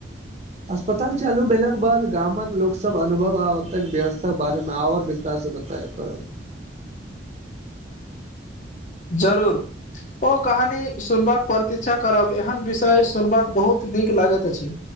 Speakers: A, on the right (about 35°); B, on the left (about 40°).
A: अस्पताल चालू भेलाक के बाद गामक लोक सब अनुभव आत व्यवस्था के बारे मे ओर विस्तार से बता तकर
B: जरूर ओ कहानी सुनबाक प्रतीक्षा करब एहन विषय सुनबाक बहुत नीक लागैत अछि